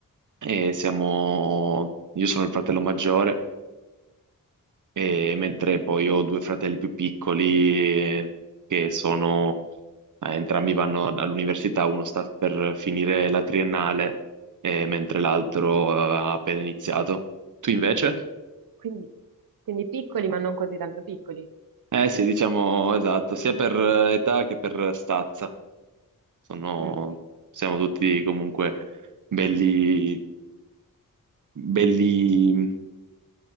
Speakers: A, on the right; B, on the right.
A: e siamo, io sono il fratello maggiore E mentre poi
B: Ah,
A: ho due fratelli più piccoli eh, che sono, eh, entrambi vanno all'università, uno sta per finire la triennale, eh, mentre l'altro, eh, ha appena iniziato. Tu invece?
B: quindi, quindi piccoli, ma non così tanto piccoli.
A: Eh sì, diciamo esatto, sia
B: Mm.
A: per eh, età che per stazza. Sono,
B: Mm.
A: siamo tutti comunque belli, belli